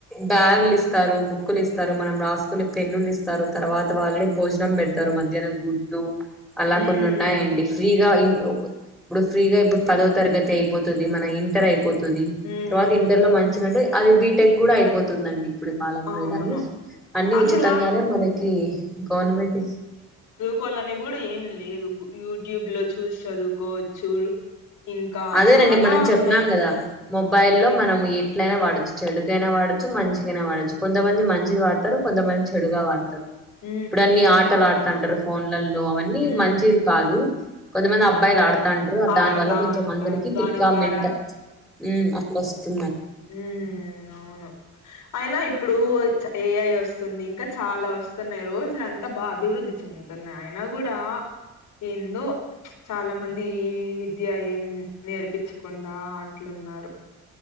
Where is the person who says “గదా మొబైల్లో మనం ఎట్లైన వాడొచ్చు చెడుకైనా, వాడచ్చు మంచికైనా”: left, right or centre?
Centre